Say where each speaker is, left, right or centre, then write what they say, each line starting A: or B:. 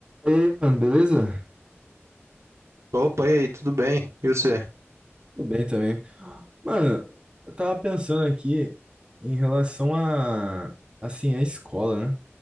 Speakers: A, on the right; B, on the right.
A: E aí, mano, beleza?
B: Opa, e aí, tudo bem? E você?
A: Tudo bem também. Mano, eu tava pensando aqui em relação a, assim, a escola, né?